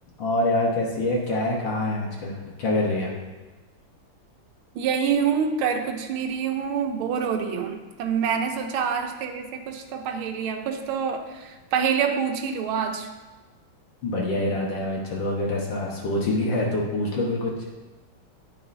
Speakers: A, on the left (about 65°); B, on the right (about 75°).
A: और यार कैसी है क्या है कहाँ है आजकल क्या कर रही है
B: यही हूँ कर कुछ नहीं रही हूँ बोर हो रही हूँ तब मैंने सोचा आज तेरे से कुछ तो पहेलियाँ कुछ तो पहेलियाँ पूछ ही लूँ आज
A: बढ़िया इरादा है भाई चलो अगर ऐसा सोच ही लिया है तो पूछ लो फिर कुछ